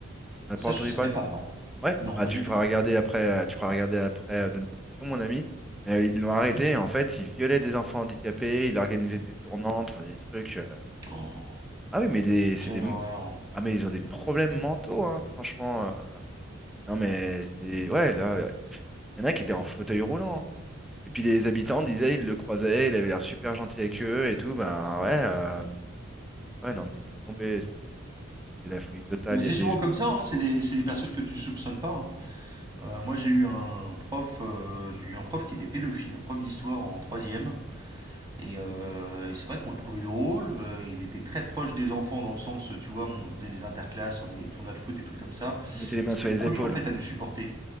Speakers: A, in the centre; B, on the right.
A: T'as
B: Ah,
A: pas
B: ça,
A: entendu
B: je savais
A: parler?
B: pas, non
A: Ouais,
B: Non,
A: bah
B: pas
A: tu
B: du tout.
A: feras regarder après, euh, tu feras regarder après euh, notre discussion, mon ami. Mais euh, ils l'ont arrêté,
B: Mhm.
A: en fait, il violait des enfants handicapés, il organisait des tournantes, enfin des trucs. euh.
B: Oh,
A: Ah oui, mais des, c'est
B: quelle
A: des, m-
B: horreur.
A: ah mais ils ont des
B: Hmm.
A: problèmes mentaux, hein, franchement. euh. Non, mais c'est. Ouais, là, euh, il y en a qui étaient en fauteuil roulant. hein. Et puis les habitants disaient, ils le croisaient, il avait l'air super gentil avec eux et tout. Ben ouais, euh, ouais, non, mais laisse tomber, c'est c'est la folie totale.
B: Mais c'est
A: Il y a des.
B: souvent comme ça, hein, c'est des, c'est des personnes que tu soupçonnes pas. hein. Euh, moi, j'ai eu un prof, euh, j'ai eu un prof qui était pédophile, un prof d'histoire en troisième. Et, euh, et c'est vrai qu'on le trouvait drôle. euh, il était très proche des enfants dans le sens, tu vois, on faisait les interclasses, on avait des tournois de foot, des trucs comme ça.
A: Ils mettaient les mains
B: Et c'était
A: sur
B: le
A: les
B: premier
A: épaules.
B: en fait à nous supporter.